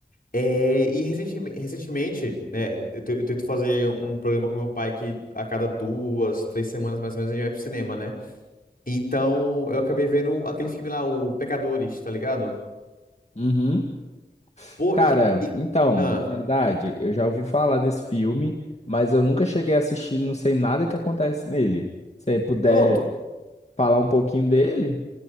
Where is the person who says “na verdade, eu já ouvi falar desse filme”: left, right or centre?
Left